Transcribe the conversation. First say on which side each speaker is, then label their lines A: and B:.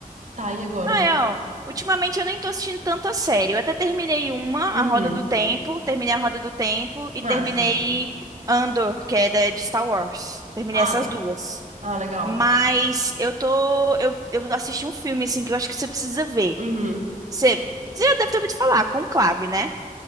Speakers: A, on the right (about 55°); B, on the right (about 25°).
A: tá, e agora?
B: Ah, é, ó. Ultimamente eu nem tô assistindo tanta série. Eu até terminei uma,
A: Uhum.
B: A Roda do Tempo, terminei A Roda do Tempo e
A: Massa.
B: terminei Andor, que é da- de Star Wars. Terminei
A: Ah,
B: essas duas.
A: ah, legal.
B: Mas eu tô, eu, eu assisti um filme assim que eu acho que você precisa ver.
A: Uhum.
B: Você, você já deve ter ouvido falar, Conclave, né?